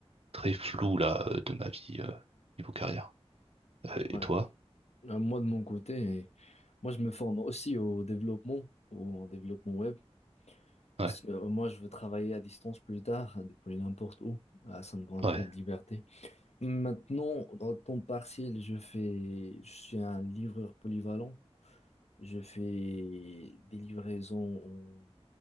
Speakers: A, on the right; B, on the left.
A: très floue là euh, de ma vie euh, niveau carrière. Euh,
B: ouais.
A: et toi?
B: Euh, moi de mon côté, moi je me forme aussi au développement, au développement web,
A: Ouais,
B: parce que euh, moi je veux travailler à distance plus tard, hein, depuis n'importe où. Ah, ça me prend un
A: ouais,
B: peu de liberté. Maintenant, dans le temps partiel, je fais je suis un livreur polyvalent. Je fais des livraisons en